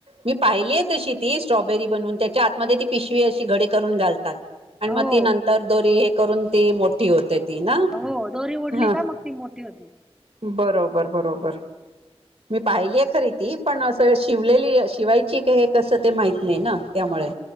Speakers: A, on the right; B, in the centre.
A: मी पाहिलीय तशी स्ट्रॉबेरी बनूंन त्यांच्या आतमंध्ये ती पिशवी अं घडी करूंन घालतांत आणि
B: हो
A: मंग तं तरं दोरी हे करूंन ती मोठी होते ती नां
B: हो दोरी ओढली
A: हं
B: का मग ती मोठी होती.
A: बरोबर बरोबर मी पाहिलीय खरी ती पणं असं शिवलेली शिवायची हे कसं ते माहित नाहीं नां त्यामुळें